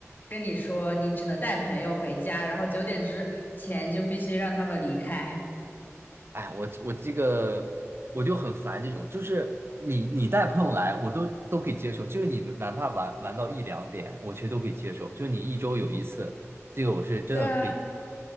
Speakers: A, on the left; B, on the right.
A: 跟你说，你只能带朋友回家，然后九点之前就必须让他们离开。
B: 哎，我我这个我就很烦这种，就是你你带朋友来，我都都可以接受，就是你哪怕玩玩到一两点，我其实都可以接受，就是你一周有一次，这个我是真的可以。
A: 对啊，